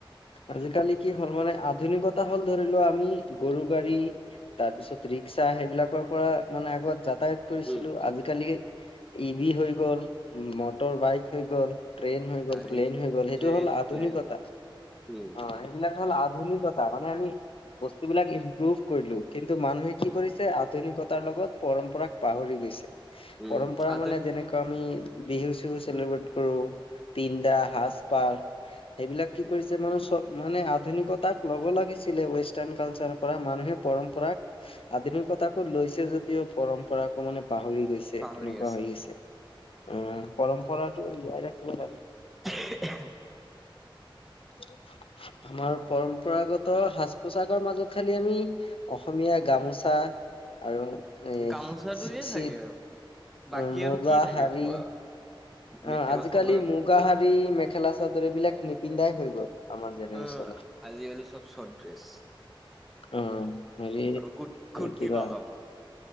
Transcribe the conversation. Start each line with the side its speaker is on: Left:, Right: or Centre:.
Left: আজিকালি কি হ'ল মানে আধুনিকতা হ'ল ধৰি লোৱা আমি গৰু গাড়ী তাৰপিছত ৰিক্সা সেইবিলাকৰ পৰা মানে আগত য যাতায়াত গৈছিলো
Centre: উম
Left: আজিকালি টিভি হৈ গ'ল মটৰ বাইক হৈ গ'ল, ট্ৰেইন হৈ গ'ল,
Centre: গাড়ী
Left: প্লেইন হৈ গ'ল, সেইটো
Centre: ট্ৰেইন
Left: হ'ল আ আধুনিকতা
Centre: প্লেন উম
Left: অ সেই বিলাক হ'ল আধুনিকতা বস্তুবিলাক ইনপ্ৰুভ কৰিলো কিন্তু মানুহে কি কৰিছে আধুনিকতাৰ লগত পৰম্পৰাক পাহৰি গৈছে।
Centre: উম
Left: পৰম্পৰা
Centre: আধুন
Left: মানে যেনেকুৱা আমি বিহু চিহু চেলিব্ৰেট কাপোৰ পিন্ধা সাজ- পাৰ। এইবিলাক কি কৰিছে মান চব মানে আধুনিকতাক ল'ব লাগিছিলে ৱেষ্টাৰ্ণ কালচাৰ পৰা মানুহে পৰম্পৰাক আধুনিকতাকো লৈছে যদিও পৰম্পৰাকো মানে পাহৰি গৈছে
Centre: পাহৰি
Left: তেনেকুৱা
Centre: আছে
Left: হৈ গৈছে, আহ পৰম্পৰাটো যিয়াই ৰাখিব লাগে।
Centre: <inaudible>
Left: কি <inaudible> আমাৰ পৰম্পৰাগত সাজ পোচাকৰ মাজত খালি আমি অসমীয়া গামোচা আৰু এ
Centre: গামোচাটোয়ে
Left: চিৱ
Centre: থাকে আৰু বাকী
Left: অ মুগা
Centre: আৰু কি থাকে
Left: শাৰী,
Centre: কোৱা মেখেলা
Left: অ আজিকালি
Centre: চাদৰ
Left: মুগ শাৰী মেখেলা চ দ এইবিলাক নিপিন্ধাই হৈ গ'ল। আমাৰ জেনেৰেশ্যনে
Centre: অহ আজিকালি চব শৰ্ট ড্ৰেছ।
Left: অ হেৰি
Centre: আৰু কুৰ কুৰ্তি
Left: কিবা,
Centre: পাজামা